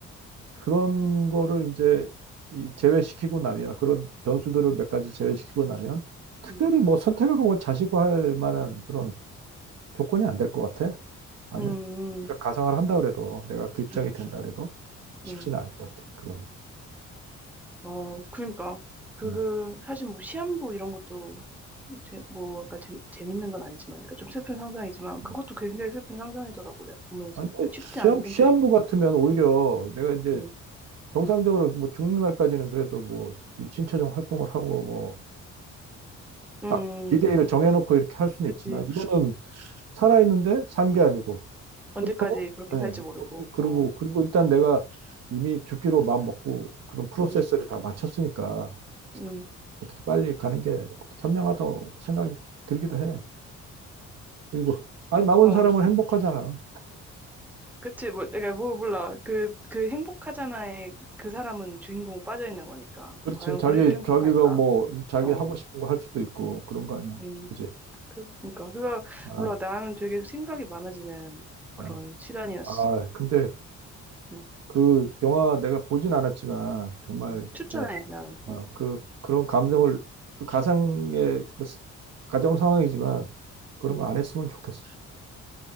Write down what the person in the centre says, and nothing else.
음,
음,
음,
음,
음.
어, 그러니까 그,
그 사실 뭐 시한부 이런 것도 재, 뭐, 그러니까 재, 재밌는 건 아니지만, 약간 좀 슬픈 상상이지만,
그것도 굉장히 슬픈 상상이더라고, 내가 보면서.
쉽지
않은 선택이
음,
음,
그치.
언제까지
그렇게
살지 모르고,
어,
음,
음,
어,
그치. 뭐, 내가 뭐 몰라. 그, 그 행복하잖아에 그 사람은 주인공 빠져 있는 거니까.
과연
그래도 행복할까?
어,
음,
그, 그니까. 그래서,
몰라. 나는 되게 생각이 많아지는 그런
시간이었어.
음,
음. 추천해,
나는.
어,
음.